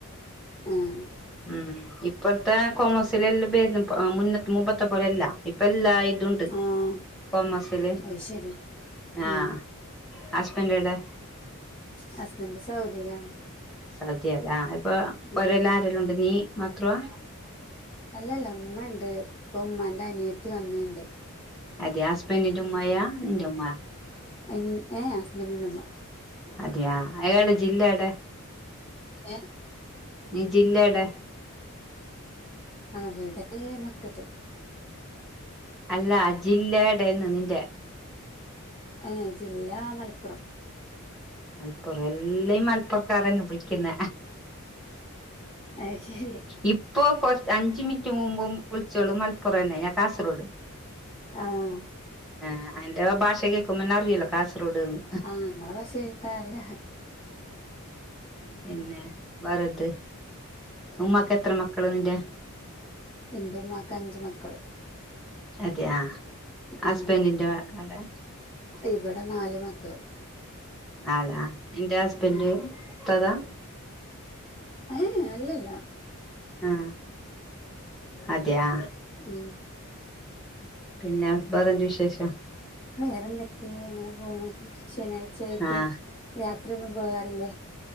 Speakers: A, on the left (about 25°); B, in the centre.
A: ആഹ്
B: ഉം ഇപ്പോഴത്തെ കോമേഴ്സിലെല്ലാം <unintelligible> മുന്ന മുമ്പത്തെ പോലെല്ല ഇപ്പ എല്ലാ ഇതുണ്ട്
A: ആഹ്
B: കോമസില്
A: അത് ശരി
B: ആഹ്
A: ഉം
B: ഹസ്ബൻഡ്യെവിടെ
A: ഹസ്ബൻഡ് സൗദിയിലാണ്
B: സൗദിയല്ല ഇപ്പൊ
A: ഉം
B: പോരെല്ല ആരെല്ലാം ഉണ്ട് നീ മാത്രവാ
A: അല്ലല്ല ഉമ്മ ഉണ്ട് ഇപ്പ ഉമ്മാന്റെ അനിയറ്റ വന്നണ്ട്
B: അതെ ഹസ്ബെന്റ ഉമ്മയാ നിന്റെ ഉമ്മ
A: അയിന് ഏയ് ഹസ്ബൻഡിന്റെമ്മ
B: അതെയാ അയാള ജില്ലടെ
A: ഏയ്
B: ഈ ജില്ലടെ
A: അവിടെ മക്കത്ത്
B: അല്ല അ ജില്ലേടെന്ന് നിന്റെ
A: അഹ് ജില്ലാ മലപ്പുറം
B: മലപ്പുറം എല്ലയും മലപ്പുറക്കാരന്നെ ഉപയി ക്കുന്ന
A: അയ് ശരി
B: ഇപ്പൊ കൊറച്ച് അഞ്ചു മിനിറ്റ് മുമ്പും വിളിച്ചോളും മലപ്പുറം തന്നെ ഞാൻ കാസർഗോഡ്
A: ആഹ്
B: ആഹ് അയിന്റെ ഭാഷ കേൾക്കുമ്പന്നെ അറിയില്ലോ കാസർഗോഡ്ന്ന്
A: ആഹ് നിങ്ങെ പശ ഇട്ടാല്ലേ
B: പിന്നെ വേറെത് ഉമ്മാക്ക് എത്ര മക്കൾ നിന്റെ
A: എന്റെ ഉമ്മാക്ക് അഞ്ചു മക്കള്
B: അതെയ ആഹ് ഹസ്ബൻറിന്റെ
A: ഉം
B: അടെ
A: ഇവിടെ നാല് മക്കള്
B: ആലാ എന്റെ ഹസ്ബന്റെ
A: ഉം
B: ഇട്ടതാ
A: ഏയ് അല്ലല
B: ആഹ് അതെയാ
A: ഉം
B: പിന്നെ വേറെയെന്ത് വിശേഷം
A: വേറെന്തൊക്കെയ എങ്ങനെ പോണ ശനിയാഴ്ചയായിട്ട്
B: ആഹ്
A: യാത്രയൊന്നും പോകാറില്ലേ